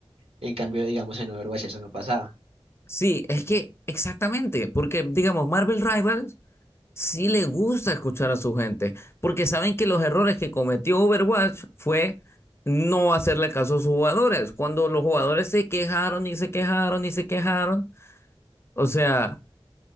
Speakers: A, on the right (about 70°); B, on the left (about 25°).
A: En cambio, digamos, en Overwatch eso no pasaba.
B: Sí, es que exactamente, porque digamos, Marvel Rivals sí le gusta escuchar a su gente, porque saben que los errores que cometió Overwatch fue no hacerle caso a sus jugadores. Cuando los jugadores se quejaron y se quejaron y se quejaron, o sea,